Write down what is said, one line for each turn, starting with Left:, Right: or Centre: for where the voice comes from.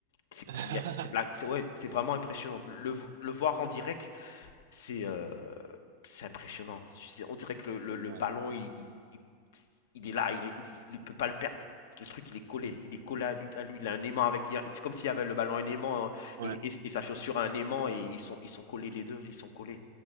Left: C'est
Right: oui. <laughs>
Left: c'est- il y a- c'est de la- c'est- ouais, c'est vraiment impressionnant. Le, le voir en direct, c'est euh, c'est impressionnant. C'est- On dirait que le, le- le
Right: Ouais,
Left: ballon, il, il- il- il est là, il ne peut pas le perdre. Le truc, il est collé, il est collé à lui, à lui. il a un aimant avec. il y a- C'est comme s'il y avait le ballon, un aimant, hein,
Right: ouais,
Left: et, et- et sa chaussure a un aimant, et ils sont, ils sont collés les deux, ils sont collés.